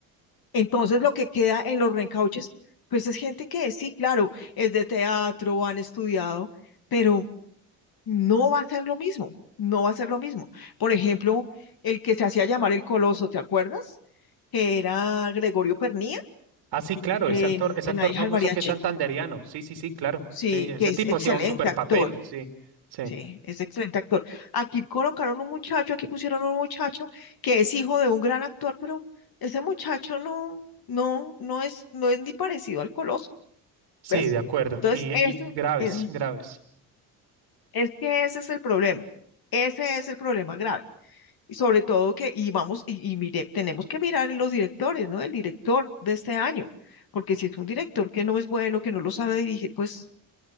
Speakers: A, on the left; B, on the right.
A: Entonces, lo que queda en los reencauches, pues es gente que sí, claro, es de teatro, han estudiado, pero no va a ser lo mismo, no va a ser lo mismo. Por ejemplo, el que se hacía llamar el Coloso, ¿te acuerdas? Que era Gregorio Pernía
B: Ah, sí, claro,
A: en,
B: ese actor, ese
A: en
B: actor
A: La hija
B: famoso
A: del mariachi.
B: que es santanderiano. Sí, sí, sí, claro.
A: Sí,
B: Sí, ese
A: que es
B: tipo
A: excelente
B: hacía un super
A: actor.
B: papel. Sí, sí,
A: Sí, es excelente actor. Aquí colocaron un muchacho, aquí pusieron un muchacho que es hijo de un gran actor, pero ese muchacho no, no, no es, no es ni parecido al Coloso,
B: sí,
A: ¿ves?
B: de acuerdo.
A: Entonces,
B: Y,
A: ese,
B: y graves,
A: eh,
B: graves.
A: es que ese es el problema. Ese es el problema grave. Y sobre todo que, y vamos, y, y mire, tenemos que mirar en los directores, ¿no? El director de este año, porque si es un director que no es bueno, que no lo sabe dirigir, pues